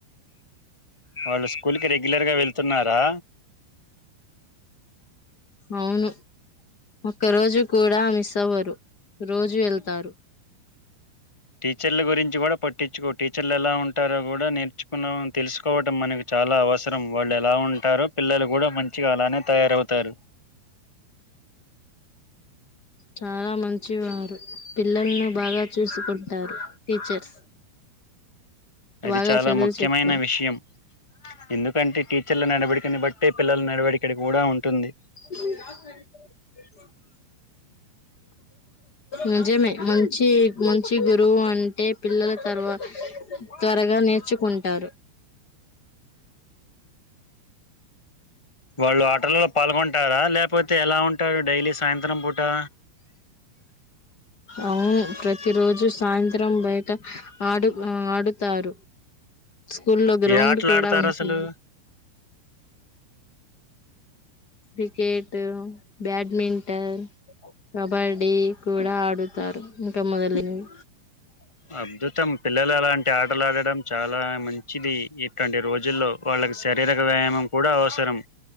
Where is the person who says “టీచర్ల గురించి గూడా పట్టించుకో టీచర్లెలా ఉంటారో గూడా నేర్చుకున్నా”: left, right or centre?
Centre